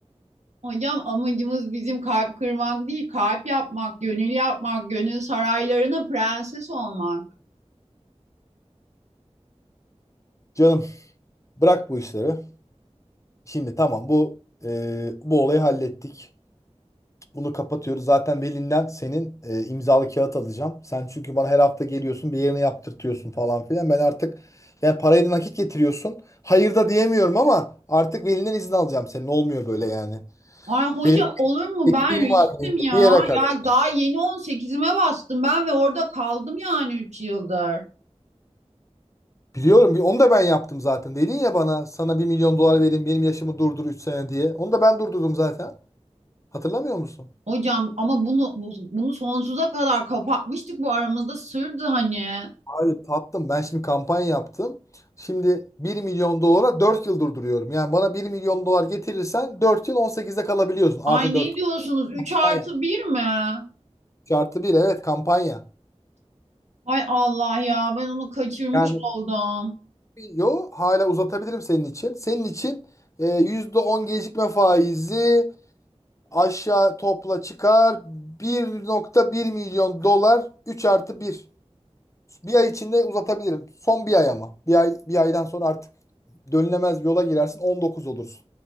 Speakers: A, on the right; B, on the left.
A: Hocam amacımız bizim kalp kırmak değil, kalp yapmak, gönül yapmak, gönül saraylarına prenses olmak.
B: Canım bırak bu işleri. Şimdi tamam bu e, bu olayı hallettik. Bunu kapatıyoruz. Zaten Belin'den senin e, imzalı kağıt alacağım. Sen çünkü bana her hafta geliyorsun bir yerine yaptırtıyorsun falan filan. Ben artık yani parayı da nakit getiriyorsun. Hayır da diyemiyorum ama artık Belin'den izin alacağım senin. Olmuyor böyle yani.
A: Ay hocam
B: Benim
A: olur mu
B: ettiğim
A: ben riştim
B: var benim de
A: ya.
B: bir yere kadar.
A: Ya daha yeni on sekizime bastım ben ve orada kaldım yani üç yıldır.
B: Biliyorum bir- onu da ben yaptım zaten. Dedin ya bana sana bir milyon dolar verin benim yaşımı durdur 3 sene diye. Onu da ben durdurdum zaten. Hatırlamıyor musun?
A: Hocam ama bunu bu- bunu sonsuza kadar kapatmıştık bu aramızda sırdı hani.
B: Abi tattım. Ben şimdi kampanya yaptım. Şimdi bir milyon dolara 4 yıl durduruyorum. Yani bana bir milyon dolar getirirsen 4 yıl on sekizde kalabiliyorsun.
A: Ay
B: Artı 4
A: ne diyorsunuz 3
B: kampanya.
A: artı bir mi?
B: Üç Artı bir evet kampanya.
A: Ay Allah ya ben onu kaçırmış
B: Yani
A: oldum.
B: yo hala uzatabilirim senin için. Senin için e, %10 gecikme faizi aşağı topla çıkar Bir nokta bir milyon dolar üç artı bir Bir ay içinde uzatabilirim. Son bir ay ama. Bir ay, bir aydan sonra artık dönülemez yola girersin 19 olursun.